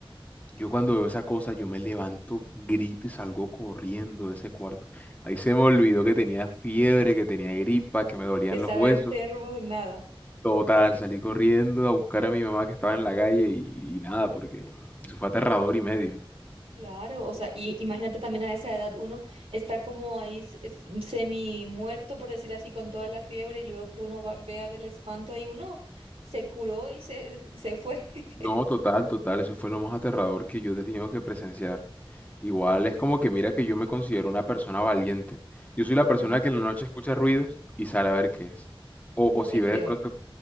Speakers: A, on the left; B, on the right.
A: yo cuando veo esa cosa, yo me levanto, grito y salgo corriendo de ese cuarto. Ahí se me olvidó que tenía fiebre, que tenía gripa, que me dolían
B: Estaba
A: los huesos.
B: enfermo, nada.
A: Total, salí corriendo a buscar a mi mamá que estaba en la calle y, y nada, porque eso fue aterrador y medio.
B: Claro, o sea, y imagínate también a esa edad uno está como ahí semi muerto, por decir así, con toda la fiebre y luego que uno va- vea del espanto ahí uno se curó y se, se fue. <laughs>
A: No, total, total, eso fue lo más aterrador que yo he tenido que presenciar. Igual
B: Uy.
A: es como que mira que yo me considero una persona valiente. Yo soy
B: Ajá,
A: la persona que en la noche escucha ruidos y sale a ver qué es. O,
B: no
A: o si
B: te
A: ve
B: creo.
A: de pronto...